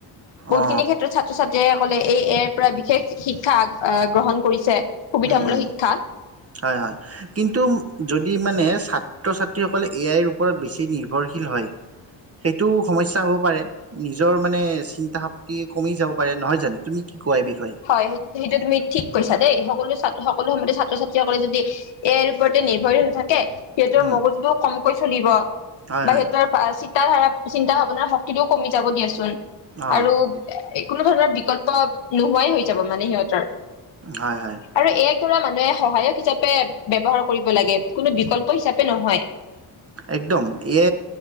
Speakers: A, on the left; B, on the right.
A: বহুখিনি
B: অ
A: ক্ষেত্ৰত ছাত্ৰ ছাত যেসকলে এই এ আইৰ পৰা বিশেষ শিক শিক্ষা আ গ্ৰহণ কৰিছে।
B: উম, উম।
A: শিক্ষা
B: হয়, হয়। কিন্তু যদি যদি মানে ছাত্ৰ-ছাত্ৰীসকলে এ আইৰ ওপৰত বেছি নিৰ্ভৰশীল হয়, সেইটো সমস্যা হ'ব পাৰে। নিজৰ মানে চিন্তা শক্তি কমি যাব পাৰে নহয়। তুমি কি। কোৱা এই বিষয়ে?
A: হয় সেইটো তুমি ঠিক কৈছা দেই সকলো। সকলো সময়তে ছাত্ৰ ছাত্ৰী সকলে যদি এইৰ ওপৰতে নিৰ্ভৰশী হৈ থাকে। সিহঁতৰ
B: উম,
A: মগজবোৰ কম। কৈ চলিব।
B: হয়
A: বাহিৰ
B: হয়
A: তাৰিখ। তাৰ ধাৰা চিন্তা ভাৱনাৰ শক্তিটোও কমি যাব দিয়াচোন।
B: অ'
A: আৰু কোনো ধৰণৰ বিকল্প। হুৱাই হৈ যাব মানে সিহঁতৰ।
B: হয় হয়।
A: আৰু এক মানুহে সহায়ক হিচাপে ব্যৱহাৰ কৰিব লাগে কোনো বিকল্প হিচাপে নহয়।
B: একদম এ